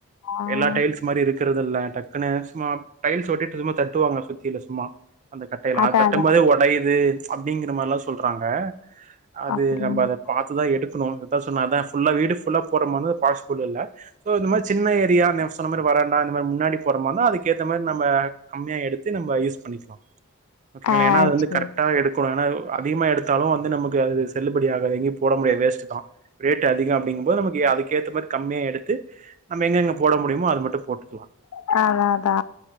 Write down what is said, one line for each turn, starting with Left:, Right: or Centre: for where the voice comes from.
Left: ஆ
Right: எல்லா டைல்ஸ் மாரி இருக் நிக்கிறது இல்ல டக்குனு சும்மா டைல்ஸ் ஒட்டிட்டு இருக்கும்போது தட்டுவாங்க சும் சுத்தில சும்மா அந்த கட்டை எல்லா
Left: அதா
Right: அது தட்டும்போதே
Left: அதா
Right: ஒடையிது அப்டிங்கிற மாரிலா சொல்றாங்க அது
Left: அப்டிங்களா
Right: நம்ம அத பாத்துதா எடுக் குணூ அதா சொன்ன அதா ஃபுல்லா வீடு ஃபுல்லா போட்றமாந்தா பாஸ்பிள் இல்ல சோ இந் மார் சின்ன ஏரியா நே சொன்ன மாரி வராண்டா இந்த மாரி முன்னாடி போட்றமார்னா அதுக்கேத்த மாரி நம்ம கம்மியா எடுத் த்து நம்ப யூஸ் பண்ணிக்கலா ஓகேங்களா
Left: ஆ
Right: ஏனா அது வந்து
Left: சேரிக்கா
Right: கரெக்ட்டா எடுக்கோனு ஏனா ஒ அதிகமா எடுத்தாலு வந்து நமக்கு அது செல்லுபடி ஆகாது எங்கயு போடவு முடியாது வேஸ்ட்டு தா ரேட் அதிகோ அப்டிங்கும்போது நமக்கு அதுக்கு கேத்த மார் கம்மியா எடுத்து நம்ம எங்கெங்க போட முடியுமோ அது மட் டு போட்டுக்கலா
Left: தேவ தா